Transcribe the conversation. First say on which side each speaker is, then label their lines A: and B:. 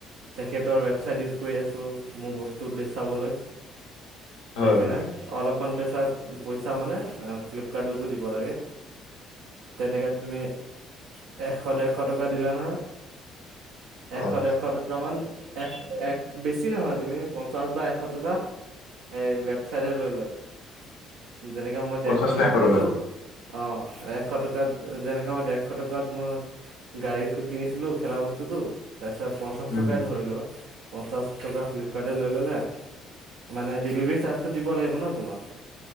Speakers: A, on the right; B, on the left.
A: তেখেতৰ চাইট ইউচ কৰি আছোঁ, মোৰ বস্তু বে চাবলৈ।
B: হয়
A: সেইকাৰণে
B: হয়
A: অলপ মান পেচাত পইচা মানে, আ, ফ্লিপকাৰ্টকো দিব লাগে। তেনেকে তুমি এশ ডেৰশ টকা দিলা নহয়, এশ
B: অ',
A: ডেৰশ ট <unintelligible> এক এক বেছি নহয়, তুমি পঞ্চাশ বা এশ টকা এই ৱেবচাইটে লৈ লয়। যেনেকে মই
B: পঞ্চাছ
A: দেৰশ
B: নে
A: টকাত
B: এশ টকা
A: কিনিলোঁ অ', এশ টকাত যেনেকে মই ডেৰশ টকাত মই গাড়ীত <unintelligible> কিনিছিলোঁ খেলা বস্তুটো, তাৰ পিছত পঞ্চাশ
B: উম,
A: টকাই ধৰি লোৱা। পঞ্চাশ টকা ফ্লিপকাৰ্টে লৈ ললে, মানে ডেলিভাৰী চাৰ্জটো দিব লাগিব ন তোমাৰ।